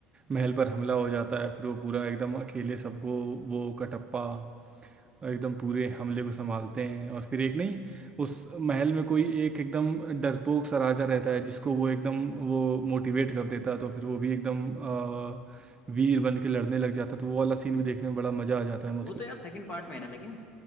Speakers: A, on the right; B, on the left.
A: महल पर हमला हो जाता है फिर वो पूरा एकदम अकेले सबको वो कटप्पा एकदम पूरे हमले को संभालते हैं और फिर एक नहीं उस महल में कोई एक एकदम डरपोक सा राजा रहता है जिसको वो एकदम वो मोटिवेट कर देता है तो फिर वो भी एकदम अ, वीर बन के लड़ने लग जाता है तो वो वाला सीन भी देखने में बड़ा मजा आ जाता है मुझको
B: वो तो यार सेकंड पार्ट में है ना लेकिन